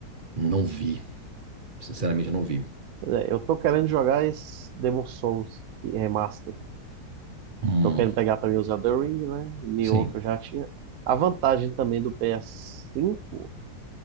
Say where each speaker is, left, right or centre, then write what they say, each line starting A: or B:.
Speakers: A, on the right; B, on the right.
A: não vi. Sinceramente, eu não vi.
B: Pois é, eu tô querendo jogar esse Demon Souls remaster.
A: Hum,
B: Tô querendo pegar também os Elden Ring, né? Nioh
A: sim.
B: que eu já tinha. A vantagem também do ps cinco